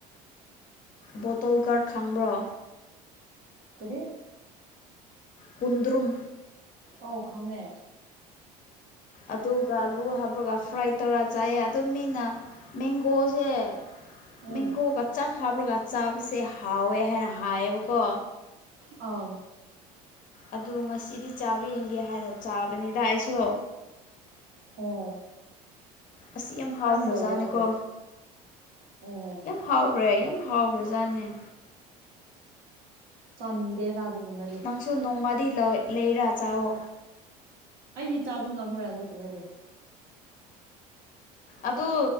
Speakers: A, on the left; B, on the right.
A: ꯕꯣꯇꯜꯒꯥꯔꯗ ꯈꯝꯕ꯭ꯔꯣ
B: ꯀꯔꯤ
A: ꯀꯨꯟꯗ꯭ꯔꯨꯝ
B: ꯑꯣ ꯈꯪꯉꯦ
A: ꯑꯗꯨꯒ ꯑꯂꯨ ꯍꯥꯞꯂꯒ ꯐ꯭ꯔꯥꯏ ꯇꯧꯔ ꯆꯥꯏꯑ ꯑꯗꯨ ꯃꯤꯅ ꯃꯦꯡꯒꯣꯁꯦ
B: ꯎꯝ
A: ꯃꯦꯡꯒꯣꯒ ꯆꯥꯛ ꯍꯥꯞꯔꯒ ꯆꯥꯕꯁꯦ ꯍꯥꯎꯋꯦ ꯍꯥꯏꯅ ꯍꯥꯏꯌꯦꯕꯀꯣ
B: ꯑꯥꯎ
A: ꯑꯗꯨ ꯉꯁꯤꯗꯤ ꯆꯥꯕ ꯌꯦꯡꯒꯦ ꯍꯥꯏꯅ ꯆꯥꯕꯅꯤꯗ ꯑꯩꯁꯨ
B: ꯑꯣ
A: ꯑꯁꯤ ꯌꯥꯝ ꯍꯥꯎꯈ꯭ꯔꯖꯥꯠꯅꯦꯀꯣ
B: ꯀꯔꯝ ꯇꯧꯕ꯭ꯔꯥ ꯑꯗꯣ ꯑꯣ
A: ꯍꯥꯎꯈ꯭ꯔꯦ ꯌꯥꯝ ꯍꯥꯎꯈ꯭ꯔꯖꯥꯠꯅꯦ
B: ꯁꯣꯅꯤꯡꯗꯦꯗ ꯑꯗꯨꯒꯒꯨꯝꯕ
A: ꯅꯪꯁꯨ ꯅꯣꯡꯃꯗꯤ ꯂꯩꯔꯥ ꯆꯥꯋꯣ
B: ꯑꯩꯗꯤ ꯆꯥꯕ ꯉꯝꯔꯣꯏ ꯑꯅꯣ <inaudible> ꯀꯨꯝꯗꯤ
A: ꯑꯗꯨ